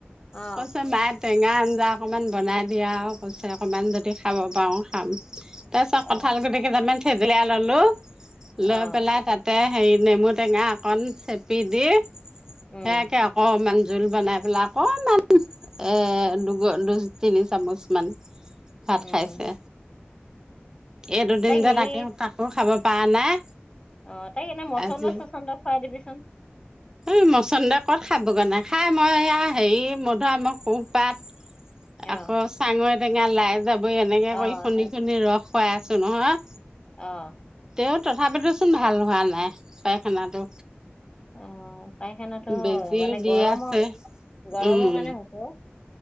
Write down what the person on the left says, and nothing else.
অ
অ
অ'
উম
উম
তাইক
হেৰি
অ', তাইক এনে মছন্দৈ
চচন্দৈ খুৱাই দিবিচোন।
অ
অ
অ'।
অ', পাইখেনাতো
মানে
গৰম
গৰম
কাৰণে হৈ হৈছে অ'।